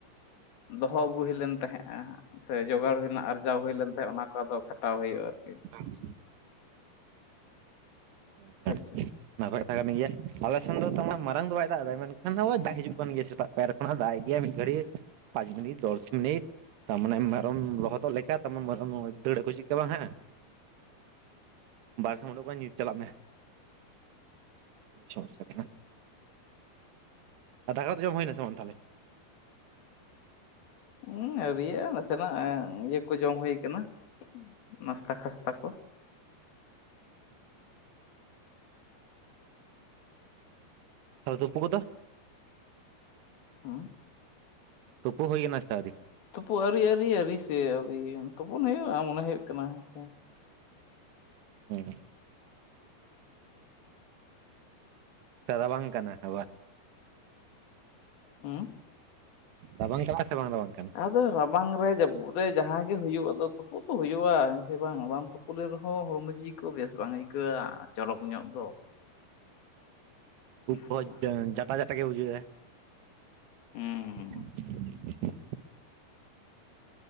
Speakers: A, on the left; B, on the right.
A: ᱫᱚᱦᱚ ᱟᱹᱜᱩ ᱦᱩᱭ ᱞᱮᱱ ᱛᱟᱦᱮᱸᱜᱼᱟ ᱥᱮ ᱡᱚᱜᱟᱲ ᱦᱩᱭᱱᱟ ᱟᱨᱡᱟᱣ ᱦᱩᱭ ᱞᱮᱱ ᱛᱟᱦᱮᱸᱫ ᱚᱱᱟ ᱠᱚ ᱟᱫᱚ ᱠᱷᱟᱴᱟᱣ ᱦᱩᱭᱩᱜᱼᱟ ᱟᱨᱠᱤ
B: <inaudible> <unintelligible>
A: ᱦᱳᱭᱥᱮ
B: ᱚᱱᱟ ᱠᱚᱛᱷᱟ ᱠᱟᱱ ᱜᱮᱭᱟ ᱟᱞᱮ ᱥᱮᱱ ᱫᱚ ᱛᱢ ᱢᱟᱨᱟᱝ ᱫᱚ ᱵᱟᱭ ᱫᱟᱜ ᱮᱫᱟᱟ ᱢᱮᱱ ᱦ
A: ᱦᱩᱸ
B: ᱫᱟᱜ ᱦᱤᱡᱩᱜ ᱠᱟᱱ ᱜᱮᱭᱟ ᱥᱮᱟᱜ ᱯᱟᱨ ᱠᱷᱚᱱᱟᱜ ᱫᱟᱜᱟᱭ ᱜᱮᱭᱟ ᱢᱤᱫ ᱜᱷᱟᱹᱲᱤᱡ ᱯᱟᱸᱪ ᱢᱤᱱᱤᱴ ᱫᱚᱥ ᱢᱤᱱᱤᱴ ᱛᱟᱨᱢᱟᱱᱮ ᱢᱮᱨᱚᱢ ᱞᱚᱦᱚᱫᱚᱜ ᱞᱮᱠᱟ ᱛᱟᱨ ᱢᱮᱨᱚᱢ ᱫᱟᱹᱲ ᱠᱚ ᱪᱮᱫ ᱵᱟᱝ ᱦᱟᱸᱜ? ᱵᱟᱨ ᱥᱮᱫ ᱩᱰᱠ ᱧᱩᱛ ᱪᱟᱞᱟᱜ ᱢᱮ ᱥᱚᱢᱚᱥᱟ ᱠᱟᱱᱟ <inaudible> ᱟᱨ ᱫᱟᱠᱟ ᱫᱚ ᱡᱚᱢ ᱦᱩᱭᱱᱟ ᱥᱮᱮ ᱵᱟᱝ ᱛᱟᱦᱞᱮ?
A: ᱦᱸ ᱟᱹᱣᱨᱤᱭᱼᱟ ᱱᱟᱥᱮᱱᱟᱜ ᱤᱭᱟᱹ ᱠᱚ ᱡᱚᱢ ᱦᱩᱭᱩ ᱠᱟᱱᱟ ᱱᱟᱥᱛᱟ ᱠᱷᱥᱛᱟ ᱠᱚ
B: <inaudible> ᱛᱩᱯᱩ ᱠᱚᱫᱚ
A: ᱦᱮᱸ
B: ᱛᱩᱯᱩ ᱦᱚᱭ ᱮᱱᱟ ᱥᱮ ᱟᱣᱨᱤ?
A: ᱛᱩᱯᱩᱜ ᱟᱹᱨᱤ ᱟᱹᱨᱤ ᱟᱹᱨᱤ ᱥᱮ ᱟᱹᱣᱨᱤ ᱛᱩᱯᱩᱱ ᱦᱩᱭᱩᱜᱼᱟ ᱢᱚᱱᱮ ᱦᱩᱭᱩᱜ ᱠᱟᱱᱟ ᱦᱮᱸ ᱥᱮ
B: ᱦᱩᱸ <unintelligible> ᱵᱟᱝ ᱠᱟᱱᱟ <unintelligible>
A: ᱦᱩᱸ,
B: ᱨᱟᱵᱟᱝ ᱠᱟᱱᱟ ᱥᱮ ᱵᱟᱝ ᱨᱟᱵᱟᱝ ᱠᱟᱱᱟ?
A: ᱟᱫᱚ ᱨᱟᱵᱟᱝ ᱨᱮ ᱡᱟᱹᱯᱩᱫ ᱨᱮ ᱡᱟᱦᱟᱸᱜ ᱜᱮ ᱦᱩᱭᱩᱜᱼᱟ ᱟᱫᱚ ᱛᱩᱯᱩᱜ ᱛ ᱦᱩᱭᱩᱜᱼᱟ ᱦᱮᱸ ᱥᱮ ᱵᱟᱝ ᱵᱟᱝ ᱛᱩᱯᱩᱜ ᱩᱞ ᱨᱮᱦᱚᱸ ᱦᱚᱲᱢᱚ ᱡᱤᱣᱤ ᱠᱚ ᱵᱮᱥ ᱵᱟᱝ ᱟᱹᱭᱠᱟᱹᱜᱼᱟ ᱪᱚᱨᱚᱠ ᱧᱚᱜ ᱫᱚ ᱦᱮᱸᱥᱮ
B: ᱩᱯ ᱡᱟᱴᱟ ᱡᱟᱴᱟ ᱜᱮ ᱵᱩᱡᱩᱜᱼᱟ
A: ᱦᱩᱸ
B: <inaudible>